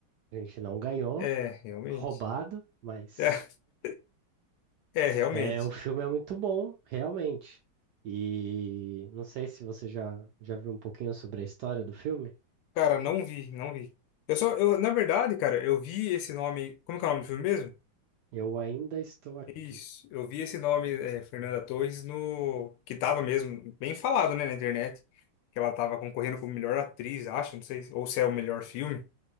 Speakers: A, on the right; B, on the left.
A: A gente não ganhou,
B: É, realmente.
A: roubado, mas
B: <laughs> É, é, realmente.
A: é, o filme é muito bom, realmente. E não sei se você já, já viu um pouquinho sobre a história do filme.
B: Cara, não vi, não vi. Eu só, eu, na verdade, cara, eu vi esse nome. Como que é o nome do filme mesmo?
A: Eu ainda estou aqui.
B: Isso. Eu vi esse nome, é, Fernanda Torres, no. Que tava mesmo bem falado, né, na internet. Que ela tava concorrendo como melhor atriz, acho, não sei. Ou se é o melhor filme.